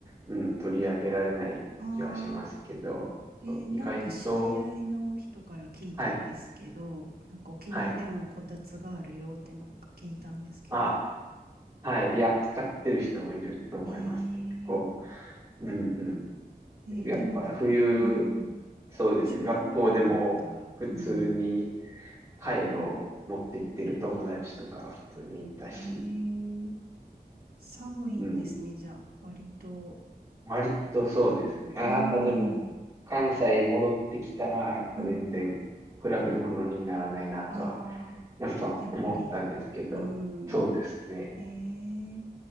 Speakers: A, on the right (about 20°); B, on the right (about 70°).
A: うん、取り上げられない気はしますけど、
B: ああ、
A: そう、
B: えーなんか知り合いの人から聞いたんですけど、
A: 意外と、はい、
B: なんか沖縄でもこたつがあるよってなんか聞いたんですけど。
A: はい。あ、はい。いや、使ってる人もいると思います。
B: えー、
A: 結構。うん
B: えーでも、
A: うん。やっぱ冬、
B: うん、
A: そうですね。
B: 10度ぐらいだったら、
A: 学校でも普通に
B: うん、
A: カイロを持ってってる友達とか普通にいたし、
B: えー、寒いんですね、
A: うん。
B: じゃあ、割と。
A: 割とそうですね。あ、やっぱでも、
B: うーん、
A: 関西戻ってきたら、やっぱ全然比べ物にならないなとは、
B: うん。あ
A: やっぱ思ったんですけど、
B: やっぱり。うー
A: そうですね。
B: ん。えー、